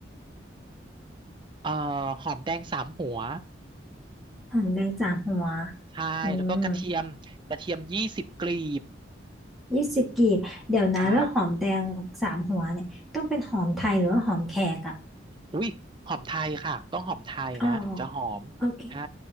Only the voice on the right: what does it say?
เอ่อหอมแดงสามหัว
ใช่แล้วก็กระเทียมกระเทียมยี่สิบกลีบ
ใช่อุ้ยหอมไทยค่ะต้องหอมไทยนะถึงจะหอมใช่